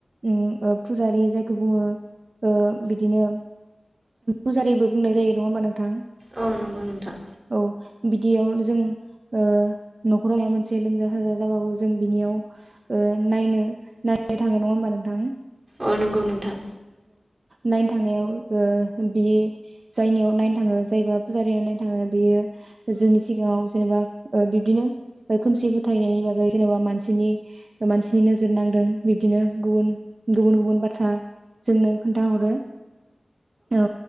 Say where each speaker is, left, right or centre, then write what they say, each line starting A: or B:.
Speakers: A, on the right; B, on the right.
A: उम ओ फुजारि जायखौ बुङो ओ बिदिनो फुजारिबो बुंनाय जायो नङा होमबा नोंथां?
B: औ नंगौ नोंथां
A: औ बिदियाव जों ओ न'खराव माबा मोनसे लोमजा साजा जाबाबो जों बिनियाव ओ नायनो नायनो थाङो नङा होमबा नों थां
B: अ नंगौ नोंथां
A: नायनो थांनायाव ओ बियो जायनियाव नायनो थाङो जायबा फुजारियाव नायनो थाङो बेयो जोंनि सिगाङाव जेनेबा ओ बिब्दिनो खोमसि फोथायनायनि बागै जेनेबा मानसिनि मानसिनि नोजोर नांदों बिब्दिनो गुबुन गुबुन गुबुन बाथ्रा जोंनो खोन्थाहरो औ